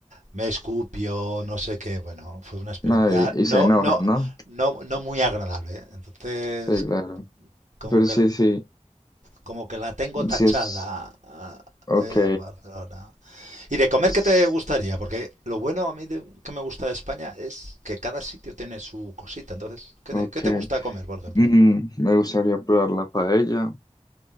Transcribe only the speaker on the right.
me escupió, no sé qué. Bueno, fue una experiencia
no,
no,
no, no muy agradable. Entonces,
como
que,
como que la tengo tachada.
ah,
eh, Barcelona. ¿Y de comer
qué te gustaría? Porque lo bueno a mí de- que me gusta de España es que cada sitio tiene su cosita. Entonces, ¿qué
te, qué te gusta comer, por ejemplo?